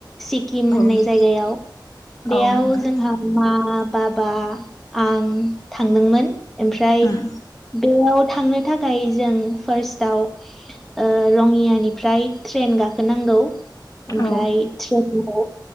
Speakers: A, in the centre; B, on the left (about 50°).
A: सिक्किम होननाय
B: औ नों
A: जायगायाव बेयाव
B: औ नोंथां
A: जोंहा मा बाबा आं थांदोंमोन ओमफ्राय
B: उम
A: बेयाव थांनो थाखाय जों फार्स्टआव ओ रङियानिफ्राय ट्रेन गाखोनांगौ ओमफ्राय
B: औ
A: औ।